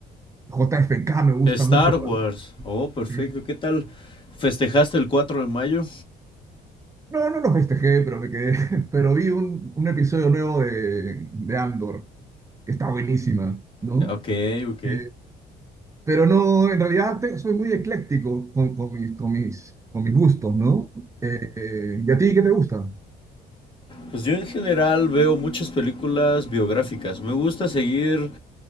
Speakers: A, on the right (about 20°); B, on the left (about 30°).
A: J F K. me gusta
B: Star
A: mucho,
B: Wars. Oh, perfecto.
A: sí.
B: ¿Qué tal? ¿Festejaste el 4 de mayo?
A: No, no lo festejé, pero me quedé, <laughs> pero vi un, un episodio nuevo de, de Andor, que está buenísima, ¿no?
B: Ok, ok.
A: Eh, pero no, en realidad te- soy muy ecléctico con, con mis, con mis, con mis gustos, ¿no? Eh, eh, ¿y a ti qué te gusta?
B: Pues yo en general veo muchas películas biográficas. Me gusta seguir